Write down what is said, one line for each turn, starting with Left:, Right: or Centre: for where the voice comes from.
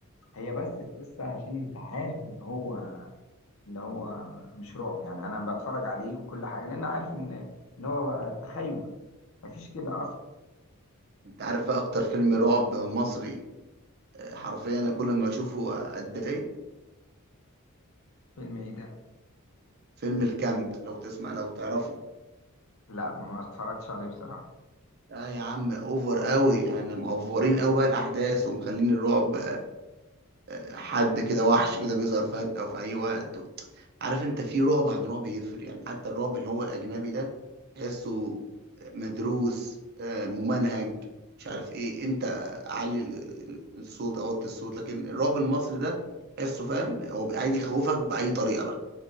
Left: هي بس القصة عشان أنت عارف إن هو إن هو مش رعب يعني أنا بتفرج عليه وكل حاجة لأن عارف إن إن هو تخيل مفيش كده أصلا
Right: انت عارف بقى اكتر فيلم رعب مصري آه، حرفيا انا كل ما اشوفه اتضايق
Left: فيلم إيه ده
Right: فيلم الكامب لو تسمع لو تعرفه
Left: لا ما اتفرجتش عليه بصراحة
Right: لا يا عم اوفر قوي يعني مقفرين قوي بقى الاحداث ومخلين الرعب آه، حد كده وحش كده بيظهر فجأة في اي وقت عارف انت في رعب عن رعب يفرق يعني حتى الرعب اللي هو الاجنبي ده تحسه مدروس آه، ممنهج مش عارف ايه امتى اعلي ال- الصوت اوطي الصوت لكن الرعب المصري ده تحسه فاهم هو بي- عايز يخوفك باي طريقه بقى